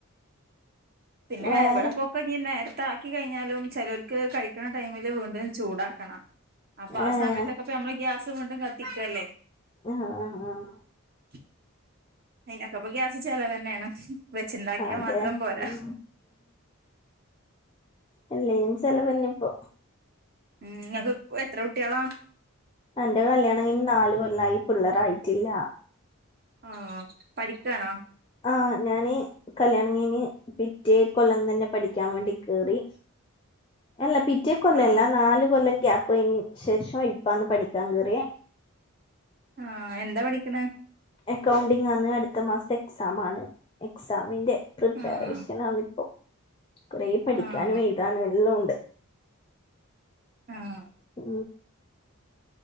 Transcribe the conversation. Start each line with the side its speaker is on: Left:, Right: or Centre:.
Right: പിന്നെ
Left: വേറെ
Right: ഇവിടെ പോൊക്കങ്ങന്ന നേര ആാക്കി കഴിഞ്ഞാലും ചിലവർക്ക് കഴിക്കണ ടൈമില് വീണ്ടുംും ചൂടാക്കണം അപ്പൊ ആസാ
Left: ഏഹ്
Right: തക്കപ്പമ്മള ഗ്യാസ് കൊണ്ടും കത്തിക്കല്ലേ
Left: ആഹ ആഹ് ആഹ്
Right: <unintelligible> അയിനൊക്ക അപ്പൊ ഗ്യാസ ചല തന്നെയാണ് വെച്ചുണ്ടാക്കിയാ
Left: അതെ
Right: മാത്രം പോരാ
Left: ഉം അല്ലും ചിലവന്നെ ഇപ്പൊ
Right: ഉം നിക്ക് എത്ര കുട്ടികളാ
Left: എന്റെ കല്യാണംങ്ങന് നാല് കൊൊല്ലായി പിള്ളർായിട്ടില്ല
Right: ആഹ പഠിക്കണാ
Left: ആഹ് ഞാന് കല്യാണങ്ങിന് പിറ്റേ കൊല്ലം തന്നെ പഠിക്കാൻ വേണ്ടി കേറി അല്ല പിറ്റേ കൊല്ല
Right: ആഹ്
Left: അല്ല നാലല് കൊല്ലം ഗഞാപയിനി ശേഷമായി ഇപ്പന്ന് പണിക്കാ കറ
Right: ആഹ എന്താ പഠിക്കണ
Left: അക്കൗണ്ടിംഗ ആന്ന് അടുത്ത മാസത്തെ എക്സാം ആണ് എക്സാമിന്റെ പ്രിപ്പറേഷൻ
Right: ആഹ്
Left: ആതി കുറെേ പഠിക്കാനും
Right: ആഹ്
Left: എഴുതാനും എല്ലാം ഉണ്ട്
Right: ആഹ്
Left: ഉ